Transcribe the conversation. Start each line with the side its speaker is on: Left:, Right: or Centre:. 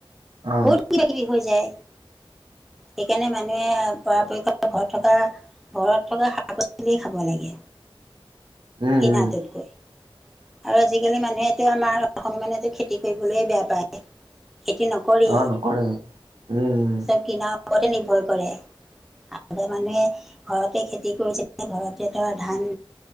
Right: অ
Centre: বহুত কিবা কিবি হৈ যায়। সেইকাৰণে মানুহে পৰাপক্ষ ঘৰত থকা ঘৰত থকা শাক- পাচলিয় খাব লাগে।
Right: উম,। উম
Centre: ন' টোত কৈ। আৰু আজিকালি মানুহেতো আমাৰ অসম অসমীয়া মানুহেতো খেতি, কৰিবলৈ বেয়া পায়। খেতি নকৰে,
Right: অ নকৰে উম উম
Centre: চব কিনাৰ ওপতে নিৰ্ভৰ কৰে। আগৰ মানুহে ঘৰতে খেতি কৰিছে ঘৰতে ধৰা ধান।